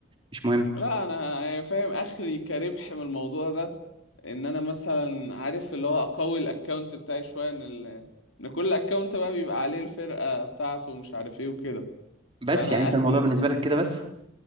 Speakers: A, on the right; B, on the left.
A: مش مهم
B: لا انا يعني فاهم اخري كربح من الموضوع ده ان انا مثلا عارف اللي هو اقوي الاكونت بتاعي شويه ان ال... ان كل اكونت بقى بيبقى عليه الفرقه بتاعته ومش عارف ايه وكده فانا
A: بس يعني انت
B: اخر
A: الموضوع بالنسبة لك كده بس